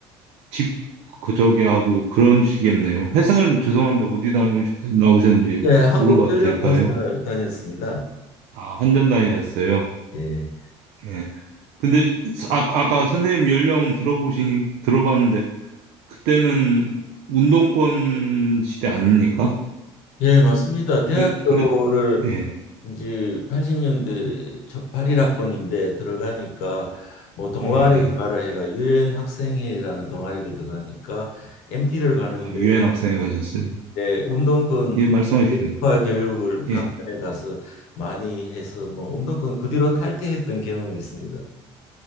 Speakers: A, on the right; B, on the left.
A: 집, 그, 저기 하고 그런 식이겠네요. 회사는 죄송한데 어디 나오셨- 나오셨는지
B: 예,
A: 물어봐도
B: 한국전력공사
A: 될까요?
B: 다녔습니다.
A: 아, 한전 다니셨어요?
B: 예,
A: 예. 근데 아, 아까 선생님 연령 들어보시니 들어봤는데 그때는 운동권 시대 아닙니까?
B: 예, 맞습니다. 대학교를
A: 그, 그래 예.
B: 이제 80년대 81학번인데 들어가니까 뭐 네. 동아리
A: 예.
B: 들어가라 해가 유엔 학생회라는 동아리를 들어가니까 MT를 가는데
A: 아, 유엔 학생회 가셨어요.
B: 내 운동권
A: 예, 말씀하십시오.
B: 화 교육을
A: 예.
B: 강단에 가서 많이 해서 뭐 운동권 그 뒤로 탈퇴했던 경험이 있습니다.